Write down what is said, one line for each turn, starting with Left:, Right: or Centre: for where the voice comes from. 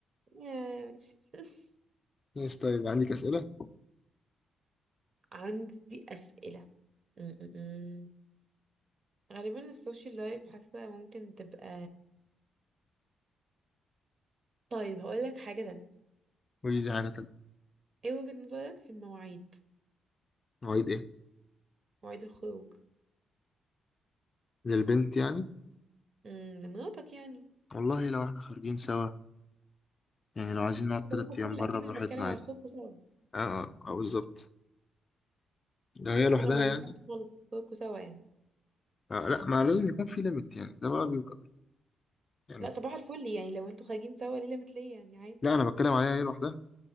Right: يا ماشي <laughs>
Left: ماشي طيب عندك أسئلة
Right: عندي أسئلة م- م- م. غالبا السوشيال لايف حاسة ممكن تبقى طيب هقول لك حاجة تانية
Left: قولي لي حاجة تانية
Right: ايه وجهة نظرك في المواعيد
Left: مواعيد إيه
Right: مواعيد الخروج
Left: للبنت يعني
Right: م، لمراتك يعني
Left: والله لو إحنا خارجين سوا يعني لو عايزين نقعد تلات
Right: طبعا الفل
Left: أيام بره
Right: أكيد
Left: براحتنا
Right: مش بتكلم
Left: عادي
Right: على خروجكوا سوا
Left: أه أه آه، بالظبط لو هي
Right: قصدي
Left: لوحدها
Right: لما رجعت
Left: يعني
Right: خالص خروجكوا سوا يعني
Left: أه لا ما لازم يكون في ليميت يعني ده بقى بيبقى بال- يعني
Right: لا صباح الفل يعني لو انتوا خارجين سوا ليه ليميت ليه يعني عادي
Left: لا أنا بتكلم عليها هي لوحدها